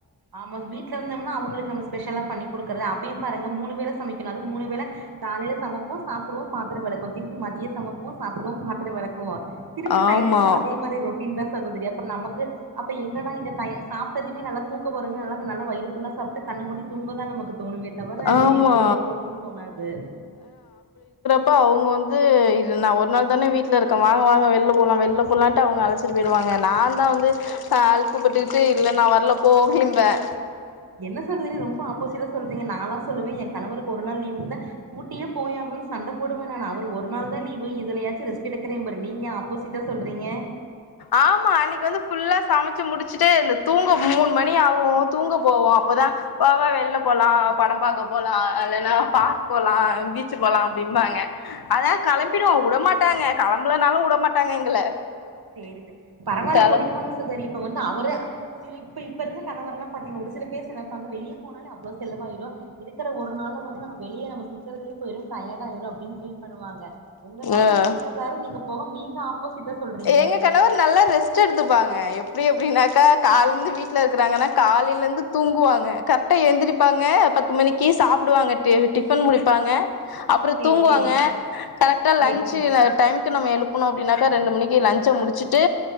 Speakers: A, on the right; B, on the left.
A: ஆமா வீட்ல இருந்தோம்னா அவுங்களுக்கு நம்ம ஸ்பெஷலா பண்ணி குடுக்குறது அப்பயும் பாருங்க மூணு வேளை சமைக்கனும் மூணு வேளை காலையில சமைப்போம் சாப் புறோம் பாத்திர விளக்குவோம் திருப்பி மதிய சமைப்போம் சாப்டுறவோம் பாத்திர விளக்குவோம் திருப்பி
B: ஆமா
A: நைட்டுக்கும் அதே மாரி ரொட் டின்தா சகோதரி அப்ப நமக்கு அப்ப எங்கடா இந்த டைம் சாப்ட்டதுமே நல்லா தூக்க வருங்க நல்லா நல்ல வைரு புல்லா சாப்ட்டு கண்ண மூடி தூங்க தான் நமக்கு தோணுமே தவர
B: ஆமா
A: வெளியே வெளியே போகணும்னு தோணாது
B: இப்ப அவுங்க வந்து நா ஒரு நாள் தானே வீட்ல இருக்கேன் வாங்க வாங்க வெளில போலாம் வெளில போலான்ட்டு அவுங்க அழச்சிட்டு போயிடுவாங்க நான் தான் வந்து அலுப்புபட்டுக்கிட்டு இல்ல நா வரல போ அப்டிம்பேன்
A: என்ன சகோதரி ரொம்ப ஆப்போசீட்டா சொல்றீங் நானாலா சொல்லுவன் என் கணவருக் கொரு நாள் லீவு இருந்தா ஊட்டியே போயாகும்னு சண்டபோடுவேன் நானு அவுர் ஒரு நாள் தான் லீவு இதுலயாச்சும் ரெஸ்ட் எடுக்குரேம்பாரு நீங்க ஆப்போசிட்டா சொல்றீங்க
B: ஆமா அன்னைக்கு வந்து புல்லா சமைச்சு முடிச்சுட்டு இந்த தூங்க மூணு மணி ஆகும் தூங்க போவோம் அப்பதான் வாவா வெளில போலாம் படம் பார்க்க போலாம் இல்லன்னா பார்க் போகலாம் பீச்சு போலாம் அப்டிம்பாங்க ஆனா கிளம்பிடுவோம் வுடமாட்டாங்க கிளம்புலனாலும் வுடமாட்டாங்க எங்கள
A: சேரி சேர் பரவாயில்ல
B: களம்
A: போயிட்டு வாங்க சாகோரி இப்ப வந் அவர சில இப்ப இப்ப இருக்க கணவர் எல்லாம் பாத்தீங்க ஒரு சில பேர் நினைப்பாங்க வெளியே போனாலே அவ்ளோ செலவாயிரும் இருக்கிற ஒரு நாள்ல வந்து நம்ம வெளியே நம்ம சுத்றதிலே போயிடும் டயடா ஆயிறும் அப்டின்னு ஃபீல் பண்ணுவாங்க உங்க கணவர்
B: ஆ
A: கூப்பறாரு நீங்க போக நீங்க ஆப்போசிட்டா சொல்றீங்க
B: எங்க கணவர் நல்லா ரெஸ்ட் எடுத்துப்பாங்க எப்டி எப்டினாக்கா கால்லேந்து வீட்ல இருக்கிறாங்கன்னா காலயிலே இருந்து தூங்குவாங்க கரெக்டா எந்திரப்பாங்க பத் பத்து மணிக்கு சாப்டுவாங்க டிஃபன் முடி ப்பாங்க அப்புறம்
A: சேரி
B: தூங்குவாங்க
A: சேரி
B: கரெக்டா
A: சேரி
B: லஞ்ச்
A: சேரி
B: டைமுக்கு நம்ம எழுப் புனோ அப்டினாக்க ரெண்டு மணிக் லஞ்ச முடிச்சுட்டு